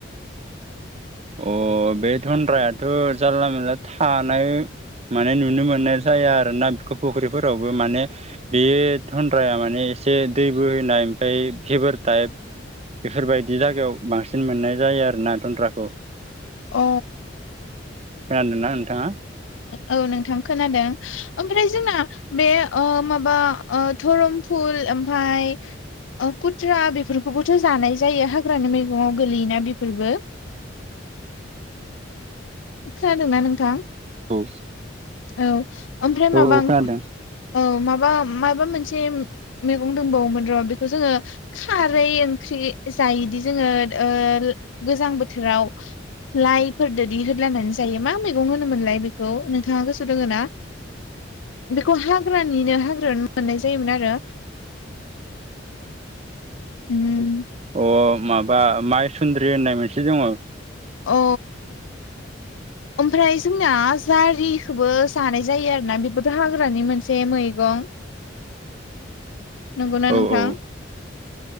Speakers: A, on the right; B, on the left.
A: अ बे थन्द्रायाथ' जारला मानला थानाय। माने नुनो मोननाय जाया आरो ना बेखौ फुख्रिफोरावबो माने बे थन्द्राया माने एसे दै बोहीयनाय ओमफ्राय भिभार टाइप। बेफोरबायदि जायगायाव बांसिन मोननाय जायो आरो ना थन्द्राखौ।
B: अ
A: खोनादों ना नोंथाङा
B: औ नोंथां खोनादों ओमफ्राय जोंना बे ओ माबा ओ धरमफुल ओमफ्राय खुथ्रा बेफोरखौबोथ' जानाय जायो हाग्रानि मैगंआव गोलैयोना बेफोरबो <inaudible> खोनादोंना नोंथां
A: औ
B: औ ओमफ्राय
A: औ
B: माबा
A: औ खोनादों
B: औ माबा माबा मोनसे मैगं दंबावोमोन र' बेखौ जोङो खारै ओंख्रि जायोदि जोङो ओ गोजां बोथोराव लाइफोरदोदि होदलानानै जायो मा मैगं होनोमोनलाय बेखौ नों गोसो दोङ ना बेखौ हाग्रानिनो हाग्रा मोननाय जायोमोन आरो उ <unintelligible>
A: अ माबा माइसुन्द्रि होननाय मोनसे दङ
B: औ ओमफ्राय जोंना जारिखौबो जानाय जायो आरोना बेबोथ' हाग्रानि मोनसे मैगं नंगौना
A: औ
B: नोंथां